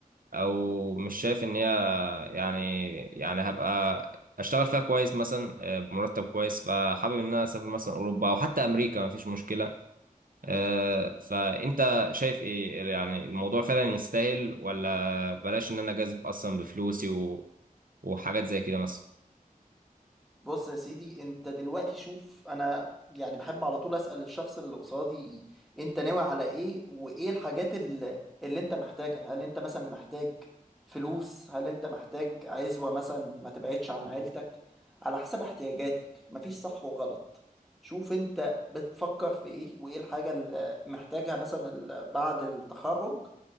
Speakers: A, on the right; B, in the centre.
A: او مش شايف ان هي يعني يعني هبقى اشتغل فيها كويس مثلا آه، بمرتب كويس فحابب ان انا اسافر مثلا اوروبا او حتى امريكا مفيش مشكله آه فانت شايف ايه يعني الموضوع فعلا يستاهل ولا بلاش ان انا جازف اصلا بفلوسي و... وحاجات زي كده مثلا
B: بص يا سيدي انت دلوقتي شوف انا يعني بحب على طول اسأل الشخص اللي قصادي انت ناوي على ايه وايه الحاجات اللي, اللي انت محتاجها هل انت مثلا محتاج فلوس هل انت محتاج عزوة مثلا ما تبعدش عن عيلتك على حسب احتياجاتك مفيش صح وغلط شوف انت بتفكر في ايه وايه الحاجة اللي محتاجها مثلا ال- بعد التخرج